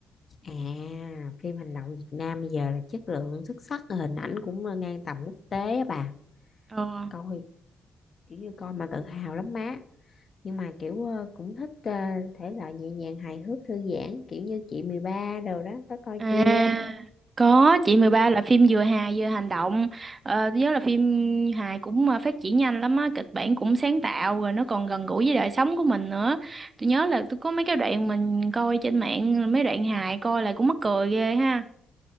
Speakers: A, on the left; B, on the right.
A: à phim hành động Việt Nam bây giờ là chất lượng xuất sắc hình ảnh cũng ờ, ngang tầm quốc tế á bà
B: Ờ,
A: coi kiểu như coi mà tự hào lắm má nhưng mà kiểu ờ, cũng thích ờ, thể loại nhẹ nhàng hài hước thư giãn kiểu như chị mười ba đồ đó có coi
B: À,
A: chưa
B: có chị 13 là phim vừa hài vừa hành động. Ờ, tôi nhớ là phim hài cũng ờ, phát triển nhanh lắm á, kịch bản cũng sáng tạo rồi nó còn gần gũi với đời sống của mình nữa. Tôi nhớ là tôi có mấy cái đoạn mình coi trên mạng mấy đoạn hài coi là cũng mắc cười ghê ha.